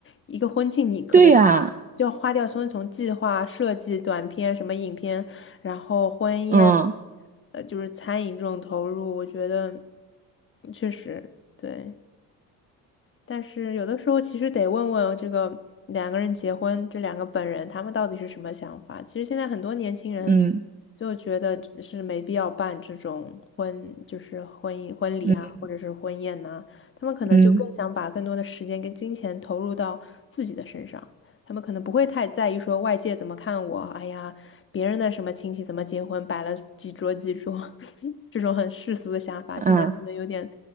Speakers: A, on the left; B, on the right.
A: 一个婚庆你可能就要就要花掉从从计划设计、
B: 对呀，
A: 短片、什么影片，然后婚宴，
B: 嗯
A: 呃，就是餐饮这种投入，我觉得确实对。但是有的时候其实得问问这个两个人结婚，这两个本人他们到底是什么想法。其实现在很多年轻人
B: 嗯
A: 就觉得是没必要办这种婚，就是婚姻婚礼啊，
B: 嗯
A: 或者是婚宴呐、他们可能就更想把更多的时间跟金钱投入到自己的身上。
B: 嗯
A: 他们可能不会太在意说外界怎么看我，哎呀，别人的什么亲戚怎么结婚，摆了几桌几桌，<laughs> 这种很世俗的想法，
B: 嗯，
A: 现在可能有点